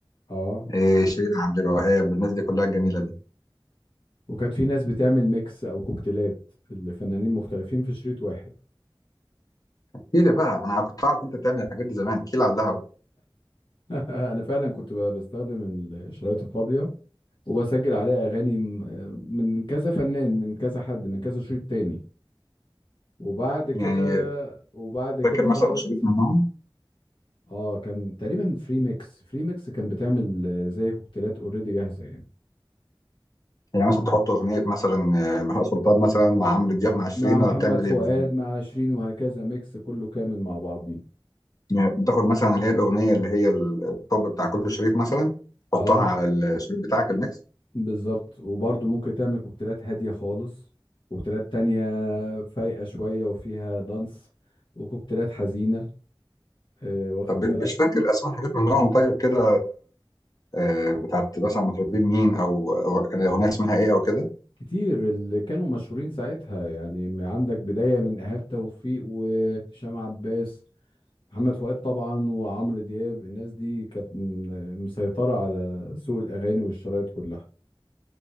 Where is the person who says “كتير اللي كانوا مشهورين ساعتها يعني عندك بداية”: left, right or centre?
Left